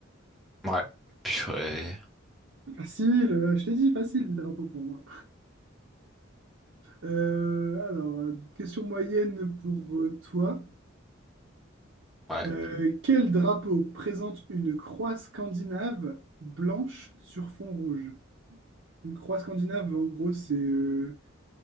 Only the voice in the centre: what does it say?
Ouais, purée.
Ouais.